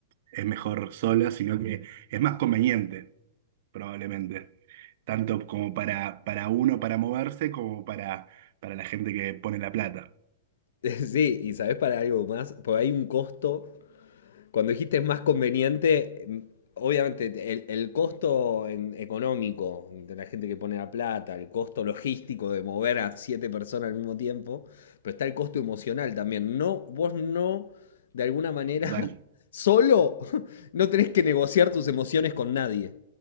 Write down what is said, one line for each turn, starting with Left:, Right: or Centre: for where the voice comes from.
Right: es mejor sola, sino que es más conveniente, probablemente, tanto como para, para uno para moverse como para, para la gente que pone la plata.
Left: <laughs> Sí, y sabes para algo más, porque hay un costo. Cuando dijiste es más conveniente, mm, obviamente te- el, el costo en- económico de la gente que pone la plata, el costo logístico de mover a siete personas al mismo tiempo, pero está el costo emocional también. No, vos no, de alguna manera,
Right: Total,
Left: <laughs> solo <laughs> no tenés que negociar tus emociones con nadie.